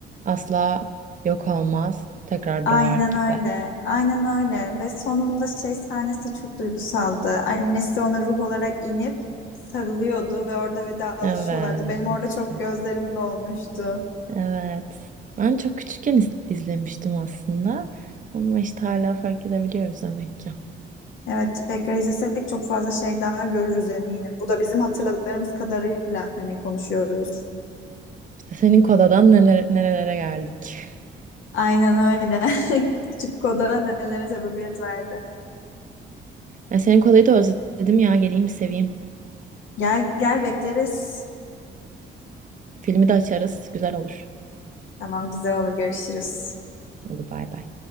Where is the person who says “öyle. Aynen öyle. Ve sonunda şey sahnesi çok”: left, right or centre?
Left